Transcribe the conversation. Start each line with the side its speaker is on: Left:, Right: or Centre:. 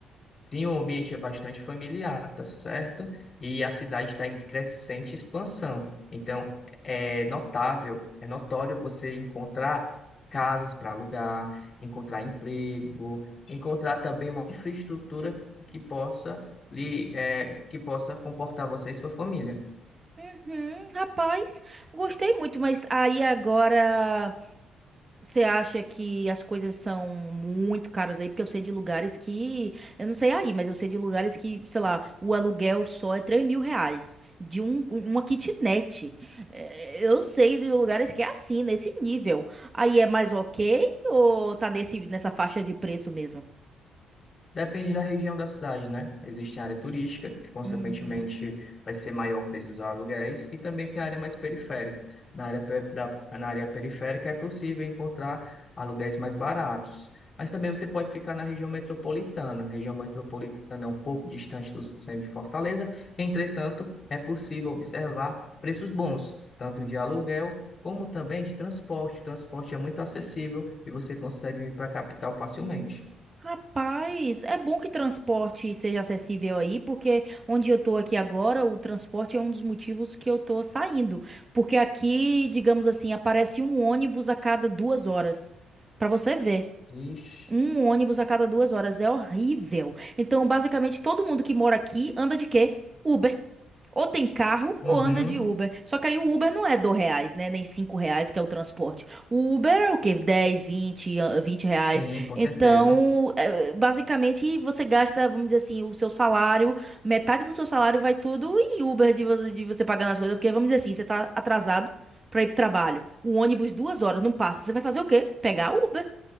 Left: Sim, o ambiente é bastante familiar, tá certo? E a cidade está em crescente expansão. Então, é notável, é notório você encontrar casas para alugar, encontrar emprego, encontrar também uma infraestrutura que possa lhe, é, que possa comportar você e sua família.
Right: Uhum, rapaz, gostei muito, mas aí agora. Você acha que as coisas são muito caras aí? Porque eu sei de lugares que. Eu não sei aí, mas eu sei de lugares que, sei lá, o aluguel só é três mil reais de um, uma kitnet. É, Eu sei de lugares que é assim, nesse nível. Aí é mais ok ou tá nesse, nessa faixa de preço mesmo?
Left: Depende da região da cidade, né? Existe a área turística, que consequentemente
Right: Hum.
Left: vai ser maior o preço dos aluguéis, e também tem a área mais periférica. Na área, pe- da, na área periférica é possível encontrar aluguéis mais baratos. Mas também você pode ficar na região metropolitana. A região metropolitana é um pouco distante do centro de Fortaleza, entretanto, é possível observar preços bons, tanto de aluguel como também de transporte. O transporte é muito acessível e você consegue vir para a capital facilmente.
Right: Rapaz, é bom que transporte seja acessível aí, porque onde eu tô aqui agora, o transporte é um dos motivos que eu tô saindo. Porque aqui, digamos assim, aparece um ônibus a cada duas horas. Pra você ver.
Left: Vixe.
Right: Um ônibus a cada duas horas é horrível. Então, basicamente, todo mundo que mora aqui anda de quê? Uber. Ou tem carro ou
Left: Uhum,
Right: anda de Uber. Só que aí o Uber não é dois reais, né? Nem cinco reais, que é o transporte. O Uber é o quê? dez, 20, ah, 20 reais.
Left: sim, com
Right: Então,
Left: certeza,
Right: é, basicamente, você gasta, vamos dizer assim, o seu salário, metade do seu salário vai tudo em Uber de você, de você pagar nas coisas. Porque, vamos dizer assim, você tá atrasado pra ir pro trabalho. O ônibus duas horas não passa. Você vai fazer o quê? Pegar Uber.